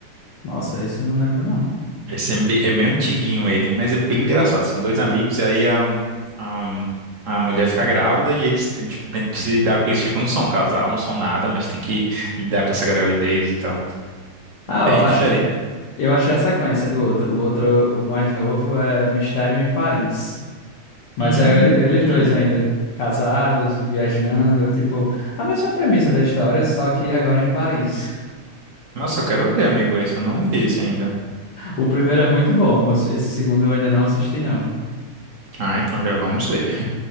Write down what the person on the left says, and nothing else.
Nossa, isso eu não lembro, não.
Ah,
ó, ach-
eu achei a sequência do outro. O outro, o mais novo, é Mistério em Paris. Mas
é ele- eles
dois ainda casados e viajando, tipo, a mesma premissa da história, só que <laughs> agora em Paris.
O primeiro é muito bom, mas esse segundo eu ainda não assisti, não.